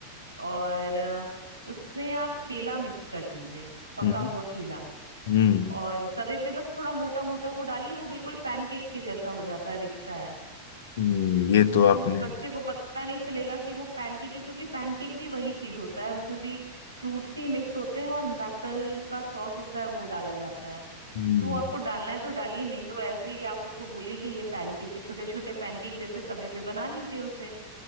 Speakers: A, on the right (about 80°); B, on the left (about 55°).
A: और अ, उसमें आप केला मिक्स कर दीजिए पका
B: हम्म
A: हुआ केला
B: हम्म
A: और तवे पे बस थोड़ा मोटा मोटा वो डालिए वो बिल्कुल पैनकेक के जैसा हो जाता है दिखता है
B: हम्म, ये
A: तो
B: तो आपने
A: बच्चे को पता नहीं चलेगा कि वो पैनकेक है क्योंकि पैनकेक भी वही चीज होता है उसमें भी फ्रूट्स ही मिक्स होते हैं और मैपल का सॉस होता है वो डाला जाता है
B: हम्म
A: तो वो आपको डालना है तो डालिए नहीं तो ऐसे ही आप उसको बोलिए कि ये पैनकेक है छोटे छोटे पैनकेक जैसे तवे पे बना लीजिए उसे